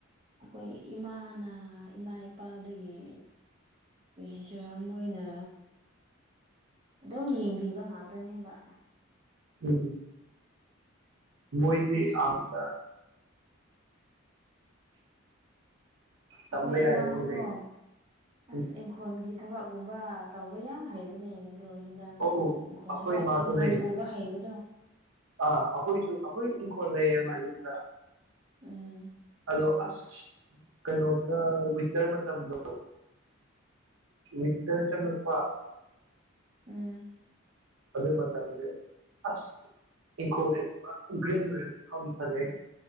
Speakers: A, on the right; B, on the right.
A: ꯑꯩꯈꯣꯏ ꯏꯃꯥꯅ ꯏꯃꯥ ꯏꯄꯥꯗꯒꯤ ꯦꯁꯔꯥꯝ ꯑꯣꯏꯅ ꯑꯗꯨꯝ ꯌꯦꯡꯕꯤꯕ ꯉꯥꯛꯇꯅꯦꯕ
B: ꯎꯝ ꯃꯣꯏꯗꯤ ꯑꯗ
A: ꯑꯩꯈꯣꯏ
B: ꯇꯝꯕ ꯌꯥꯏꯌꯦ
A: ꯏꯃꯥꯁꯤꯀꯣ
B: ꯃꯣꯏꯗꯩ
A: ꯑꯁ
B: ꯎꯝ
A: ꯏꯪꯈꯣꯜꯒꯤ ꯊꯕꯛꯒꯨꯝꯕ ꯇꯧꯕ ꯌꯥꯝ ꯍꯩꯕꯅꯦ ꯑꯗꯣ ꯍꯤꯟꯗꯥꯛ
B: ꯑꯧ
A: ꯏꯪꯈꯣꯜ
B: ꯑꯩꯈꯣꯏ
A: ꯊꯕꯛ
B: ꯏꯃꯥꯁꯨ
A: ꯏꯪꯈꯣꯜ
B: ꯍꯩ
A: ꯎꯕ ꯍꯩꯕꯗꯣ
B: ꯑꯥ ꯑꯩꯈꯣꯏꯁꯨ ꯑꯩꯈꯣꯏ ꯈꯣꯂꯦꯃ ꯌꯨꯝꯗ
A: ꯎꯝ
B: ꯑꯗꯣ ꯑꯁ ꯀꯩꯅꯣꯒ ꯋꯤꯟꯇꯔ ꯃꯇꯝꯗꯣ ꯏꯇ ꯆꯅꯄꯥ
A: ꯎꯝ
B: ꯑꯗꯨꯗ ꯃꯆꯥꯦ ꯑ ꯏꯦꯦ ꯐꯔꯦ